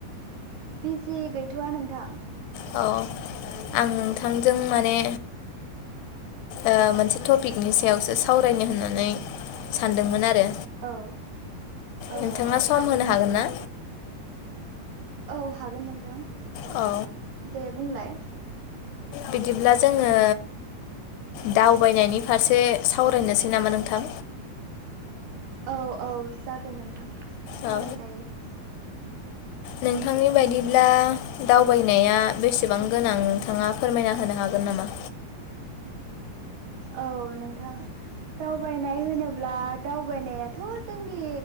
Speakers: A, on the right (about 75°); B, on the left (about 80°).
A: बिजि गैथ'वा नोंथां?
B: अ आं नोंथांजों माने ओ मोनसे टपिकनि सायावसो सावरायनो होननानै सानदोंमोन आरो।
A: औ औ
B: नोंथाङा
A: औ
B: सम होनो हागोन ना?
A: औ हागोन नोंथां।
B: औ।
A: दे बुंलाय
B: बिदिब्ला जोङो दावबायनायनि फारसे सावरायनोसै नामा नोंथां?
A: औ औ जागोन नोंथां। सावरायजायो
B: ओ
A: <inaudible>
B: नोंथांनि बायदिब्ला दावबायनाया बेसेबां गोनां नोंथाङा फोरमायना होनो हागोन नामा?
A: औ नोंथां। दावबायनाय होनोब्ला दावबायनायाथ' जोंनि